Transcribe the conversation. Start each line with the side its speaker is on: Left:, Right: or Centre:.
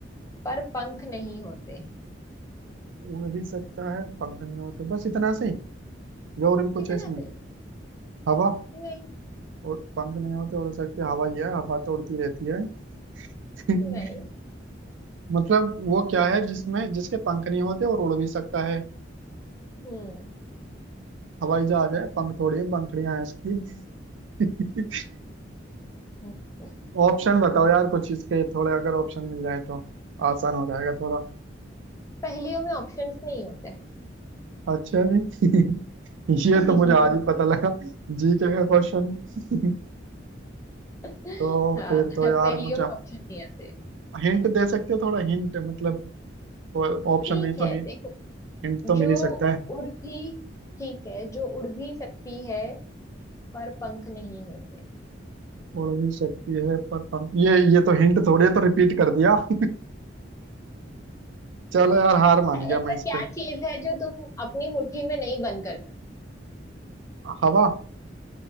Left: पर पंख नहीं होते
Right: उड़ भी सकता है पंख नहीं होते बस इतना से ही या और भी कुछ
Left: कितना
Right: है इसमें
Left: सही
Right: हवा
Left: नहीं
Right: और पंख नहीं होते उड़ सकती है, हवा ही है हवा तो उड़ती रहती है <laughs>
Left: नहीं
Right: मतलब वो क्या है जिसमें जिसके पंख नहीं होते और उड़ भी सकता है
Left: हम्म
Right: हवाई जहाज है पंख थोड़ी है पंखड़ियां हैं उसकी <laughs>
Left: <laughs>
Right: ऑप्शन बताओ यार कुछ इसके थोड़े अगर ऑप्शन मिल जाए तो आसान हो जाएगा थोड़ा
Left: पहेलियों में ऑप्शंस नहीं होते हैं।
Right: अच्छा जी <laughs>
Left: <laughs>
Right: ये तो मुझे आज ही पता लगा जी के का क्वेश्चन <laughs>
Left: हाँ
Right: तो फिर तो
Left: पहेलियों
Right: यार मुझे
Left: में ऑप्शन नहीं आते
Right: हिंट दे सकते हो थोड़ा हिंट मतलब ऑप्शन
Left: ठीक
Right: नहीं
Left: है
Right: तो हिंट
Left: देखो
Right: तो
Left: जो
Right: मिल ही सकता है
Left: उड़ भी ठीक है जो उड़ भी सकती है पर पंख नहीं होते <laughs>
Right: उड़ भी सकती है पर कम ये ये तो हिंट थोड़ी है तो रिपीट कर दिया <laughs> चलो यार हार मान गया
Left: ऐसा
Right: मैं इस
Left: क्या
Right: पे
Left: चीज है जो तुम अपनी मुट्ठी में नहीं बंद कर सकते
Right: हवा